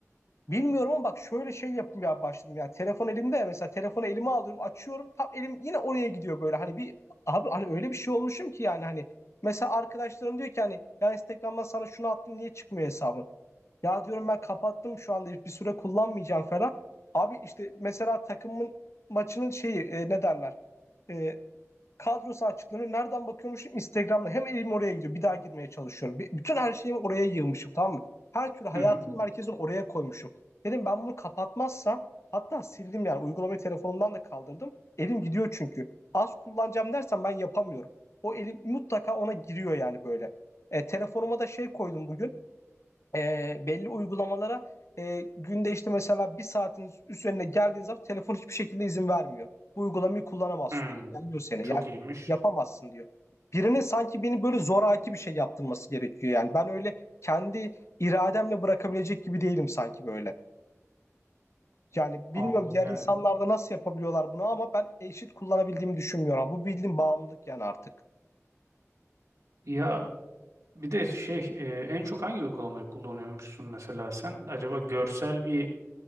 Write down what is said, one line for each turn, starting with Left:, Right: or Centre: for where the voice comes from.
Left: bilmiyorum ama bak şöyle şey yapmaya başladım. Yani telefon elimde ya mesela telefonu elime alıyorum, açıyorum. Tam elim yine oraya gidiyor böyle. Hani bir abi hani öyle bir şey olmuşum ki yani hani Mesela arkadaşlarım diyor ki hani ya Instagram'dan sana şunu attım niye çıkmıyor hesabın? Ya diyorum ben kapattım şu anda bir süre kullanmayacağım falan. Abi işte mesela takımın maçının şeyi e, ne derler? E, kadrosu açıklanıyor. Nereden bakıyormuşum? Instagram'da. Hem elim oraya gidiyor. Bir daha girmeye çalışıyorum. Bir- bütün her şeyimi oraya yığmışım tamam mı? Her türlü hayatımın
Right: Hı hı.
Left: merkezini oraya koymuşum. Dedim ben bunu kapatmazsam hatta sildim yani. Uygulamayı telefonumdan da kaldırdım. Elim gidiyor çünkü. Az kullanacağım dersen ben yapamıyorum. O elim mutlaka ona giriyor yani böyle. E, telefonuma da şey koydum bugün e, belli uygulamalara e, günde işte mesela bir saatin üzerine geldiğin zaman telefon hiçbir şekilde izin vermiyor. Bu uygulamayı kullanamazsın.
Right: Hmm.
Left: diyor. Engelliyor seni.
Right: Çok
Left: Yani
Right: iyiymiş.
Left: yapamazsın diyor. birine sanki beni böyle zoraki bir şey yaptırması gerekiyor yani. Ben öyle kendi irademle bırakabilecek gibi değilim sanki böyle. Yani
Right: Anladım
Left: bilmiyorum diğer
Right: yani.
Left: insanlar da nasıl yapabiliyorlar bunu ama ben eşit kullanabildiğimi düşünmüyorum. Bu bildiğin bağımlılık yani artık.
Right: Ya bir de şey e, en çok hangi uygulamayı kullanıyormuşsun mesela sen? Acaba görsel bir